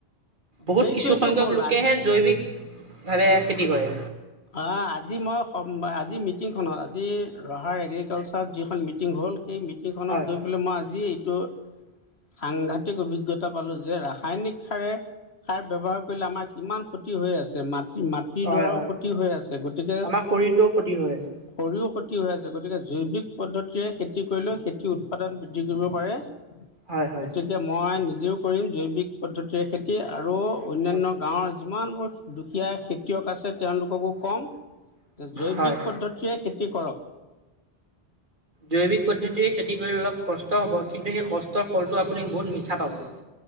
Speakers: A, on the right (about 55°); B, on the left (about 90°).
A: বহুত
B: সেইটোৱেতো
A: কিছুসখ্য্ক
B: ভুল
A: লোকেহে
B: আজি
A: জৈৱিক ভাৱে খেতি কৰে
B: অ আজি মই আজি মিটিংখনত আজি ৰহাৰ এগ্ৰিকালচাৰত যিখন মিটিং হল মিটিখনত
A: হয়
B: গৈ মই আজিটো সাংঘাতিক অভিজ্ঞতা পালো যে ৰাসায়নিক সাৰে খাৰ ব্যৱহাৰ কৰিলে আমাৰ কিমান ক্ষতি হৈ আছে মাত মাটিৰ দৰাও
A: হয় হয়
B: ক্ষতি হৈ আছে গতিকে
A: আমাৰ শৰীৰটোৰ ক্ষতি হৈ আছে
B: খৰিও ক্ষতি হৈ আছে গতিকে জৈৱিক পদ্ধতিৰে খেতি কৰিলেও খেতিৰ উৎপাদন বৃদ্ধি কৰিব পাৰে
A: হয় হয়
B: গতিকে মই নিজেও কৰিম জৈৱিক পদ্ধতিৰে খেতি আৰু অন্যান্য
A: হয়
B: গাঁৱৰ যিমানবোৰ দুখীয়া খেতিয়ক আছে তেওঁলোককো কম জৈৱিক
A: হয়
B: পদ্ধতিৰে খেতি কৰক
A: জৈৱিক পদ্ধতিৰে খেতি কৰিলে অলপ কষ্ট হ'ব কিন্তু সেই কষ্টৰ ফলটো আপুনি বহুত মিঠা পাব